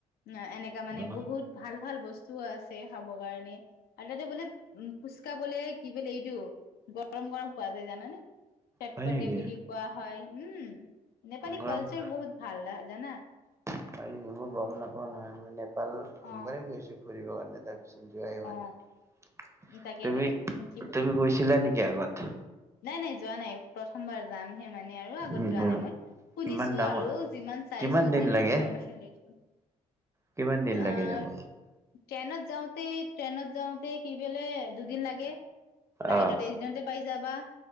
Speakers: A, on the left (about 75°); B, on the right (about 20°).
A: না, এনেকা মানে
B: অ
A: বহুত ভাল ভাল বচ তু আছে খাব কাৰণে, আৰু তাতে বোলে ফুচকা বোলে কি বোলে এইটো, গৰম গৰম পোৱা যায় জানানে। চটপটি
B: হয় নেকি
A: বুলি কোৱা হয়। উম'। নেপালী
B: গৰম
A: কালচাৰ
B: হয়
A: বহুত ভাল জানা।
B: <inaudible> <unintelligible> একবাৰেই গৈছো ফুৰিবৰ
A: অ
B: কাৰণ <unintelligible> যোৱাই হোৱা
A: অ
B: নাই।
A: তাকেতো
B: তুমি
A: উম কি
B: তুমি গৈছিলা নেকি আগত। <inaudible>
A: নাই নাই যোৱা নাই প্ৰথমবাৰ যা সে মানে আৰু আগত
B: উ
A: যোৱা নাই মই, শুনিছো
B: ইমান ডাঙৰ
A: আৰু যিমান চাইছো
B: কিমান দিন
A: যিমান
B: লাগে
A: ইনফৰমেশচন লৈছোঁ।
B: কিমান দিন লাগে
A: অ'
B: যাব
A: ট্ৰেনত যাওঁতে ট্ৰেনত যাওঁতে কি বেলে দুদিন লাগে, ফ্লাইটত
B: আহ
A: এইদিনতে পাই যাবা,